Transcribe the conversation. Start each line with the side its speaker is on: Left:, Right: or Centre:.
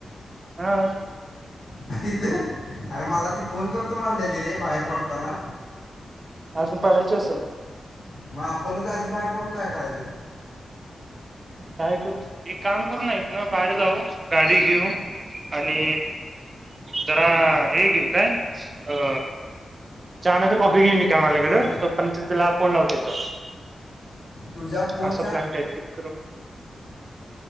Right: हा.
Left: नाही तर. अरे, मला ती फोन करतो म्हणलेली रे. बाहेर पडताना.
Right: अजून पडायची असेल.
Left: मग आपणच, आधी बाहेर पडून काय करायचं?
Right: काय करू? एक काम करू न, इथंन बाहेर जाऊ, गाडी घेऊ आणि जरा हे घेऊ, काय? अ चहा नाहीतर कॉफी घेऊ निकावाल्याकडं.
Left: तुझ्या
Right: तोपर्यंत तीला फोन लावू तिथं.
Left: तुझ्या फोनच्या
Right: असा प्लॅन काय तरी करू.